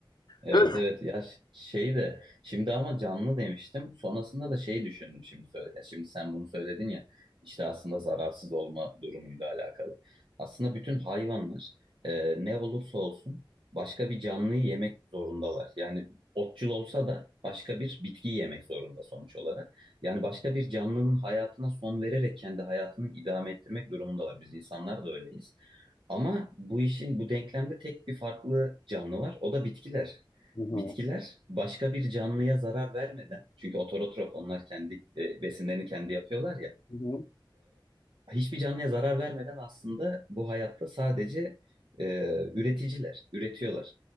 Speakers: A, on the right; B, on the left.
A: Evet
B: Evet.
A: evet ya ş- şey de şimdi ama canlı demiştim sonrasında da şey düşündüm şimdi söylerken şimdi sen bunu söyledin ya işte aslında zararsız olma durumuyla alakalı aslında bütün hayvanlar e, ne olursa olsun başka bir canlıyı yemek zorundalar yani otçul olsa da başka bir bitkiyi yemek zorunda sonuç olarak yani başka bir canlının hayatına son vererek kendi hayatını idame ettirmek durumundalar biz insanlar da öyleyiz. Ama bu işin bu denklemde tek bir farklı canlı var. O da bitkiler.
B: Hı hı.
A: Bitkiler başka bir canlıya zarar vermeden, çünkü ototrof onlar kendi e, besinlerini kendi yapıyorlar ya,
B: Hı hı.
A: e, hiçbir canlıya zarar vermeden aslında bu hayatta sadece e, üreticiler, üretiyorlar.